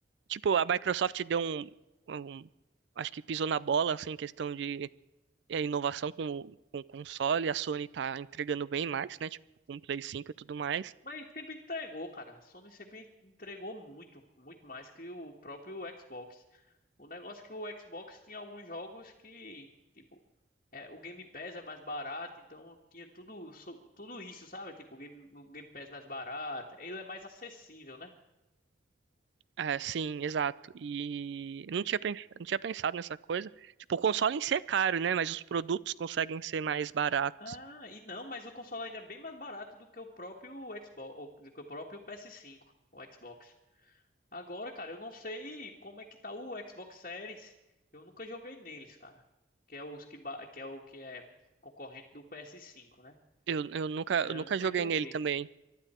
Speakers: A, on the right; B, on the left.
A: Tipo, a Microsoft deu um, um- Acho que pisou na bola, assim, em questão de é, inovação com, com console. A Sony tá entregando bem mais, né? Tipo, com o Play cinco e tudo mais.
B: Mas sempre entregou, cara. A Sony sempre entregou muito, muito mais que o próprio Xbox. O negócio é que o Xbox tinha alguns jogos que, tipo, É, o Game Pass é mais barato, então tinha tudo, so- tudo isso, sabe? Tipo, o Game, o Game Pass mais barato. Ele é mais acessível, né?
A: É, sim, exato. E eu não tinha, pens- não tinha pensado nessa coisa. Tipo, o console em si é caro, né? Mas os produtos conseguem ser mais baratos.
B: Ah, e não, mas o console ainda é bem mais barato do que o próprio Xbox, ou do que o próprio PS5, o Xbox. Agora, cara, eu não sei como é que tá o Xbox Series. Eu nunca joguei neles, cara. Que é os que, ba- que é o que é concorrente do PS5, né?
A: Eu, eu nunca,
B: Eu
A: eu nunca
B: nunca
A: joguei
B: joguei.
A: nele também.